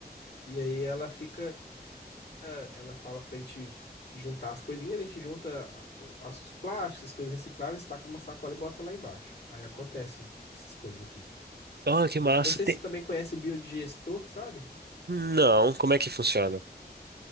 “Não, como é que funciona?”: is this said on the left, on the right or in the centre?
Right